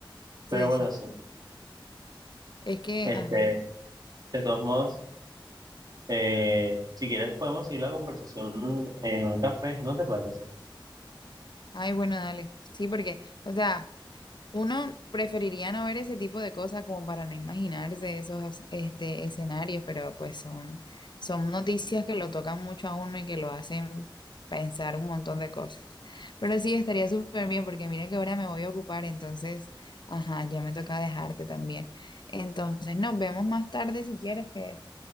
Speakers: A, on the right; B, on the left.
A: Pero
B: sí,
A: bueno,
B: sí,
A: sí,
B: es que,
A: este,
B: ajá,
A: de todos modos, eh, si quieres podemos seguir la conversación en un café, ¿no te parece?
B: ay, bueno, dale, sí, porque, o sea... Uno preferiría no ver ese tipo de cosas como para no imaginarse esos este, escenarios, pero pues son, son noticias que lo tocan mucho a uno y que lo hacen pensar un montón de cosas. Pero sí, estaría súper bien porque mira que ahora me voy a ocupar, entonces, ajá, ya me toca dejarte también. Entonces, nos vemos más tarde si quieres, que